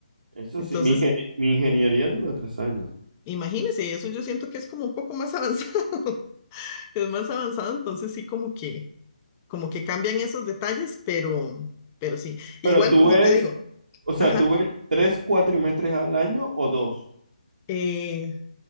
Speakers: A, on the right; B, on the left.
A: Eso
B: Entonces,
A: sí, mi, ingen- mi ingeniería duró tres años.
B: imagínense, eso yo siento que es como un poco más avanzado. <laughs> Es más avanzado, entonces sí como que, como que cambian esos detalles, pero, pero sí. Igual
A: Pero tú
B: como
A: ves,
B: te digo,
A: o sea,
B: ajá.
A: tú ves tres cuatrimestres al año o dos.
B: Eh,